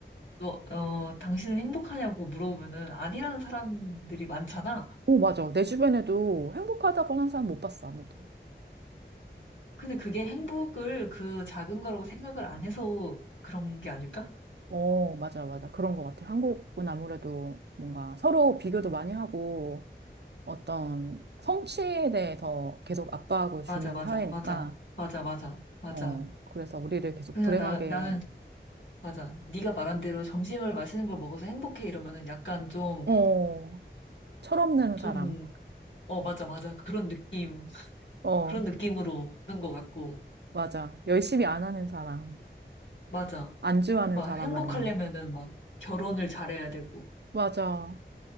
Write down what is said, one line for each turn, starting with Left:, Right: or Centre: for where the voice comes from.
Left: 너, 어, 당신은 행복하냐고 물어보면은 아니라는 사람들이 많잖아.
Right: 오, 맞아. 내 주변에도 행복하다고 하는 사람 못 봤어, 아무도.
Left: 근데 그게 행복을 그 작은 거라고 생각을 안 해서 그런 게 아닐까?
Right: 어, 맞아, 맞아. 그런 것 같아. 한국은 아무래도 뭔가 서로 비교도 많이 하고 어떤 성취에 대해서 계속 압박을 주는
Left: 맞아, 맞아,
Right: 사회니까,
Left: 맞아, 맞아, 맞아, 맞아.
Right: 어, 그래서 우리를 계속
Left: 그냥
Right: 불행하게,
Left: 나, 나는, 맞아. 네가 말한 대로 점심을 맛있는 걸 먹어서 행복해 이러면은 약간 좀,
Right: 어, 철없는
Left: 좀,
Right: 사람,
Left: 어, 맞아, 맞아. 그런 느낌,
Right: 어,
Left: 그런 느낌으로 보는 것 같고.
Right: 맞아. 열심히 안 하는 사람,
Left: 맞아.
Right: 안주하는
Left: 막
Right: 사람으로.
Left: 행복하려면은 막 결혼을 잘해야 되고,
Right: 맞아.